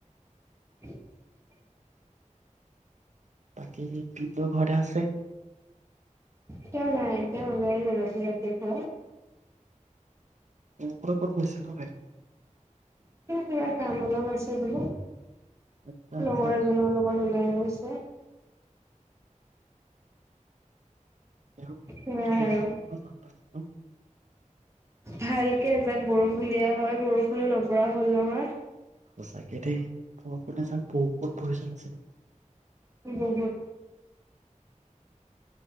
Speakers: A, on the right; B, on the right.
A: <inaudible>
B: বাকী কি <unintelligible> ঘৰতে আছে
A: তেওঁ নাই তেওঁ ওলাই গ'ল আজি ৰাতিপুৱা
B: ক'ত ক'ত গৈছে হয়
A: <unintelligible> কিবা কাম অলপ আছে বোলে
B: আচ্ছা আচ্ছা
A: লগৰ এজনৰ লগত ওলাই গৈছে
B: তেওঁ
A: সেয়াই
B: তেওঁ
A: আৰু
B: ক'ৰবাত বান পাইছে ন?
A: ভালকে এজাক বৰষুণ দিয়া হয় বৰষুণো নপৰা হ'ল নহয়।
B: সঁচাকে দেই বৰষুণ এজাক বহুত প্ৰয়োজন আছে।
A: বহুত